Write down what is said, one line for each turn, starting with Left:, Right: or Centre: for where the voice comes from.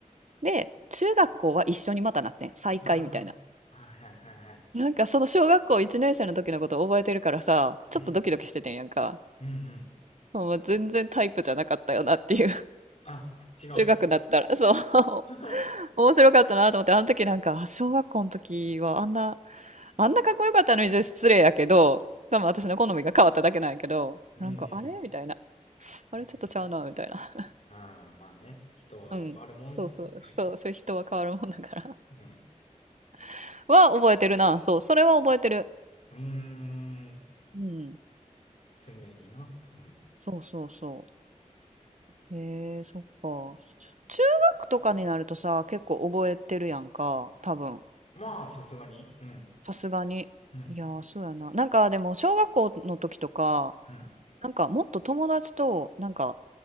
Right: で、中学校は一緒にまたなってん。再会みたいな。
Left: ああ。はいはいはいはい。
Right: なんかその小学校1年生の時のこと覚えてるからさ、ちょっとドキドキしててんやんか。
Left: うん。うんうん。
Right: もう全然タイプじゃなかったよなっていう。<laughs>
Left: あ、違うんや。
Right: 中学だったら、そう。<laughs>
Left: <laughs>
Right: 面白かったなと思って、あの時なんか、あ小学校の時はあんな、あんなかっこよかったのに失礼やけど、多分私の好みが変わっただけなんやけど、
Left: うんうん
Right: なんか、あれみたいな。あれちょっとちゃうなみたいな。
Left: うん。ああ、まあね。人は変わるもんですけどね。
Right: <laughs> うん。そうそう、そう、そういう人は変わるもんだから。
Left: うん。
Right: <laughs> は覚えてるな。そう、それは覚えてる。
Left: うーん。
Right: うん。
Left: 鮮明にな。うん。
Right: そうそうそう。へえ、そっか。中学とかになるとさ、結構覚えてるやんか、多分。
Left: まあ、さすがに。うん。
Right: さすがに。
Left: うん。
Right: いやー、そうやな。なんかでも、小学校の時とか、
Left: うん。
Right: なんかもっと友達と、なんか、